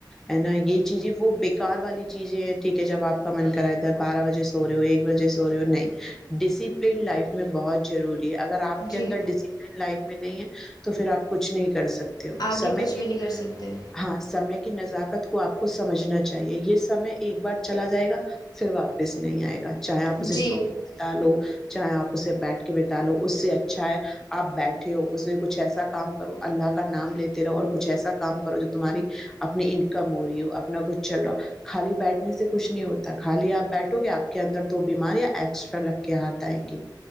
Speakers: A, in the centre; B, on the left.
A: ہے نا یہ چیزیں وہ بیکار والی چیزیں ہیں ٹھیک ہے جب آپ کا من کر رہا ہے ادھر بارہ بجے سو رہے ہو ایک بجے سو رہے ہو نہیں ڈسپلین لائف میں بہت ضروری اگر آپ کے
B: جی
A: اندر ڈسپلین لائف میں نہیں ہے تو پھر آپ کچھ نہیں کر سکتے تے ہو
B: آگے
A: سمے
B: کچھ
A: کی
B: بھی نہیں کر سکتے
A: ہاں سے کی وقت کی نزاکت کو آپ کو سمجھنا چاہیے یہ سمے ایک بار چلا جائے گا پھر واپس نہیں آئے گا چاہے آپ
B: جی
A: سے سوکے بتا لو چاہے آپ اسے بیٹھ کے بتا لو تالو اس سے اچھا ہے آپ بیٹھے ہو اس میں کچھ ایسا کام کرو اللہ کا نام لیتے رہو اور کچھ ایسا کام کرو جو تمہاری اپنی انکم ہو رہی ہو اپنا کچھ چل رہا ہو خالی بیٹھنے سے کچھ نہیں ہوتا خالی آپ بیٹھو گے آپ کے اندر دو بیماریاں ایکسٹرا لگ کے ہاتھ آئیں گی